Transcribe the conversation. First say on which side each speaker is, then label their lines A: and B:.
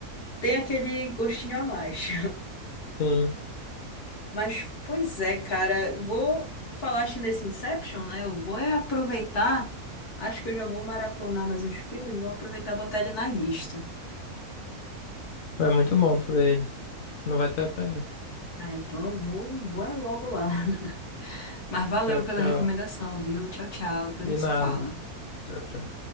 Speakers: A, on the left; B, on the left.
A: tem aquele gostinho a mais.
B: Sim,
A: <laughs> Mas, pois é, cara, vou falaste nesse Inception, né? Eu vou é aproveitar. Acho que eu já vou maratonar mais os filmes, vou aproveitar e botar ele na lista.
B: é muito bom tu ver ele. Não vai se arrepender.
A: Ah, então eu vou, vou é logo lá. <laughs> Mas valeu
B: Tchau, tchau.
A: pela recomendação, viu? Tchau, tchau. Depois
B: De
A: a gente
B: nada.
A: se fala.
B: Tchau, tchau.